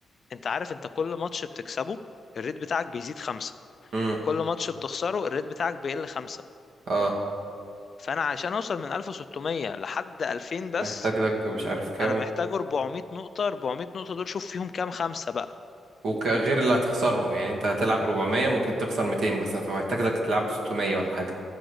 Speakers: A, on the left (about 35°); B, on the right (about 65°).
A: انت عارف انت كل ماتش بتكسبه الريت بتاعك بيزيد خمسة
B: امم
A: وكل ماتش بتخسره الريت بتاعك بيقل خمسة
B: اه
A: فانا عشان اوصل من 1600 لحد 2000 بس
B: محتاج لك مش عارف كام
A: انا محتاج 400 نقطة 400 نقطة دول شوف فيهم كام خمسة بقى
B: وغير اللي هتخسرهم يعني انت هتلعب 400 ممكن تخسر 200 مثلا فمحتاج لك تلعب 600 ولا حاجة